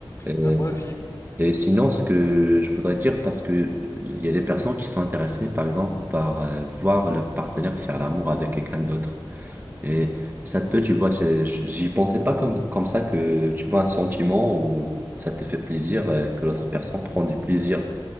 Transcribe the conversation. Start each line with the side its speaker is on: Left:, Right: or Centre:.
Right: Euh,
Left: Bah, moi aussi.
Right: Et sinon, ce que je voudrais dire, parce que euh, il y a des personnes qui sont intéressées, par exemple, par euh, voir leur partenaire faire l'amour avec quelqu'un d'autre. Et ça peut, tu vois, c'est, j- j'y pensais pas comme, comme ça que tu vois un sentiment où ça te fait plaisir, euh, que l'autre personne prend du plaisir.